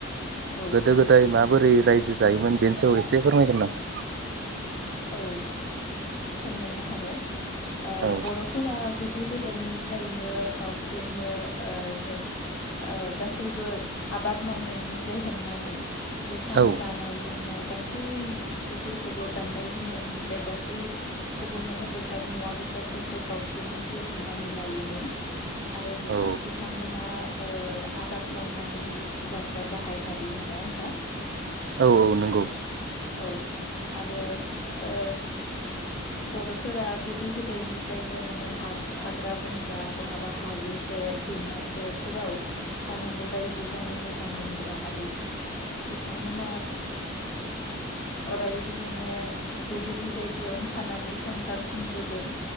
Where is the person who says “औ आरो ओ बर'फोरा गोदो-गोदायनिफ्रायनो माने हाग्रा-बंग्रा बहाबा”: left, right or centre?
Left